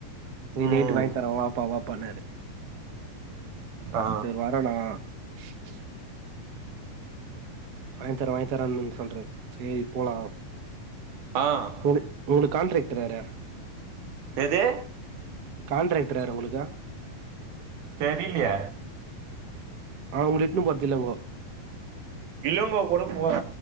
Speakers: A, on the right; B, on the right.
A: இன்னிக்கு
B: ம்
A: நைட்டு வாங்கி தர வாப்பா வாப்பானாரு
B: ஆ
A: செரி வரண்ணா ஷ் ஷ் வாங்கி தர வாங்கி தரன்னு சொல்ராரு செரி போலா
B: ஆஹ்
A: உனு உங்களுக்கு கான்ட்ராக்ட்ர் வேற யாரு
B: எது
A: கான்ட்ராக்டரு யாரு உங்களுக்கு
B: தெரியலையே
A: அவுங்கல இட்டுன்னு போறதில்லங்கோ
B: இளங்கோ கூட போற